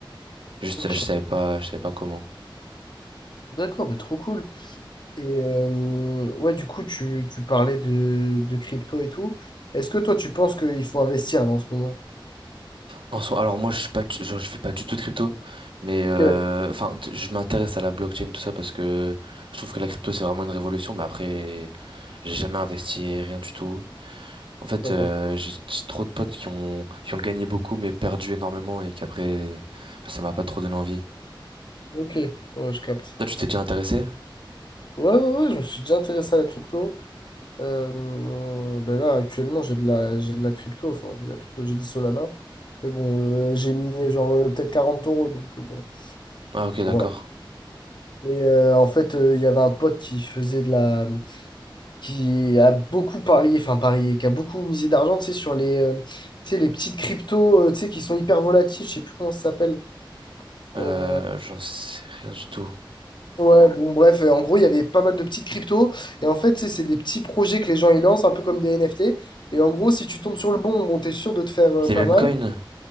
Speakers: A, on the right (about 75°); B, on the left (about 60°).
A: Juste,
B: ok.
A: euh, je savais pas, je savais pas comment.
B: D'accord, mais trop cool. Et euh, ouais, du coup, tu, tu parlais de, de crypto et tout. Est-ce que toi, tu penses qu'il faut investir là, en ce moment?
A: En soi, alors moi, je suis pas, du- genre, je fais pas du tout de crypto, mais
B: Ok,
A: euh, enfin, t- je m'intéresse à la blockchain tout ça parce que je trouve que la crypto c'est vraiment une révolution. Mais après, j'ai jamais investi rien du tout. En fait,
B: d'accord.
A: euh, j'ai j'ai trop de potes qui ont qui ont gagné beaucoup mais perdu énormément et qu'après, ça m'a pas trop donné envie.
B: Ok, ouais, je capte.
A: Toi, tu t'es déjà intéressé?
B: Ouais, ouais, ouais, je me suis déjà intéressé à la crypto. Euh, ben là, actuellement, j'ai de la, j'ai de la crypto, enfin, j'ai de la crypto, j'ai du Solana. Mais bon, euh, j'ai mis genre euh, peut-être 40 euros, donc euh, bon,
A: Ah ok, d'accord.
B: voilà. Mais euh, en fait, euh, il y avait un pote qui faisait de la, qui a beaucoup parié, enfin parié, qui a beaucoup misé d'argent, tu sais, sur les, euh, tu sais, les petites cryptos, euh, tu sais, qui sont hyper volatiles, je sais plus comment ça s'appelle.
A: Euh,
B: Euh,
A: j'en sais rien du tout.
B: ouais, bon, bref, euh, en gros, il y avait pas mal de petites cryptos, et en fait, tu sais, c'est des petits projets que les gens ils lancent, un peu comme des NFT. Et en gros, si tu tombes sur le bon, bon, t'es sûr de te faire euh,
A: Les
B: pas
A: mêmes
B: mal.
A: coins?